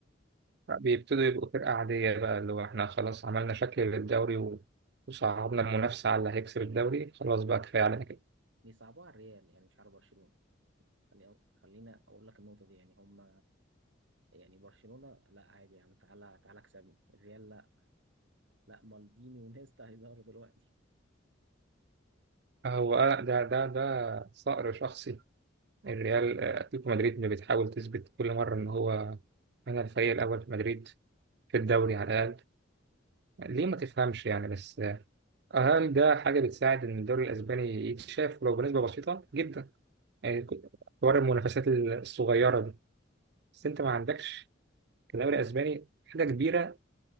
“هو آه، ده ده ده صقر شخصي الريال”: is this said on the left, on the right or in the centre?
Right